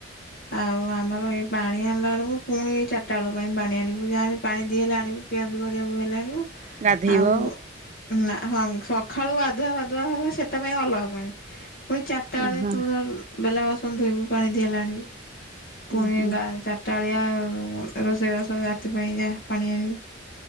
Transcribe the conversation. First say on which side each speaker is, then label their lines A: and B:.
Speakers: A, on the left; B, on the right.
A: ଆଉ ଆମର ଏ ପାଣି ଆଣିଲା ବେଳକୁ ପୁଣି ଚାରିଟା ବେଳ ପାଇଁ ପାଣି ଆଣିବୁ ଯାହେଲେ ପାଣି ଦିଇ ହେଲେ ଆଣିବୁ ପିଆ ପି କରିବାକୁ ହେଲେ ଆଣିବୁ।
B: ଗାଧୋଇବ
A: ଆଉ ନା ହଁ ସକାଳୁ ଗାଧୁଆ ବାଧୁଆ ହବ ସେଥିପାଇଁ ଅଲଗା। ପୁଣି ଚାରିଟା ବେଳେ
B: ଓହୋ
A: ତୁ ବେଲା ବାସନ ଧୋଇବୁ ପାଣି ଦି ହେଲେ ଆଣିବୁ।
B: ହୁଁ
A: ପୁଣି
B: ହୁଁ
A: ଗା ଚାରିଟାଳିଆ ରୋଷେଇବାସ ରାତି ପାଇଁ ଯାହା ପାଣି ଆଣିବୁ